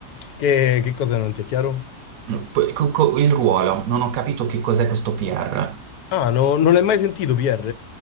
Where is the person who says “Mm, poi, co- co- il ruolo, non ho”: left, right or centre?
Right